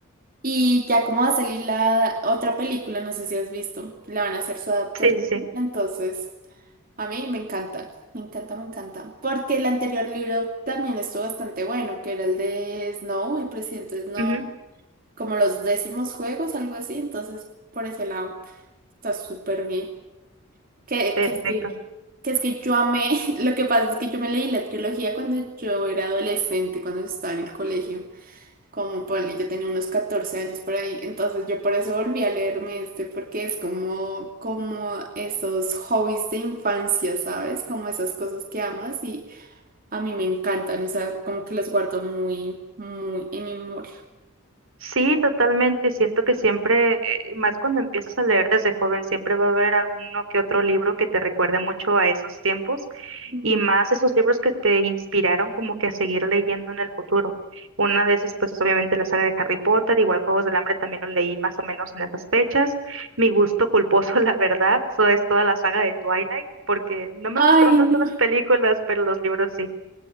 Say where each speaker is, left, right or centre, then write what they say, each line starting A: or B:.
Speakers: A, on the right; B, on the right.
A: Y ya como va a salir la otra película, no sé si has visto, la van a hacer su adaptación.
B: Sí, sí, sí.
A: Entonces, a mí me encanta, me encanta, me encanta. Porque el anterior libro también estuvo bastante bueno, que era el de Snow, el presidente Snow,
B: Ujú,
A: como los décimos juegos, algo así. Entonces, por ese lado, está súper bien. Que,
B: Perfecto.
A: que, sí, que es que yo amé, <laughs> lo que pasa es que yo me leí la trilogía cuando yo era adolescente, cuando estaba en el colegio, como ponle, yo tenía unos 14 años por ahí, entonces yo por eso volví a leerme este, porque es como, como esos hobbies de infancia, ¿sabes? Como esas cosas que amas y a mí me encantan, o sea, como que los guardo muy, muy en mi memoria.
B: Sí, totalmente. Siento que siempre, eh, más cuando empiezas a leer desde joven, siempre va a haber alguno que otro libro que te recuerde mucho a esos tiempos
A: Ujú.
B: y más esos libros que te inspiraron como que a seguir leyendo en el futuro. Una de esas, pues es obviamente la saga de Harry Potter, igual Juegos del Hambre también lo leí más o menos en esas fechas. Mi gusto culposo, <laughs> la verdad, so es toda la saga de Twilight, porque no me
A: Ay,
B: gustaron tanto
A: no.
B: las películas, pero los libros sí.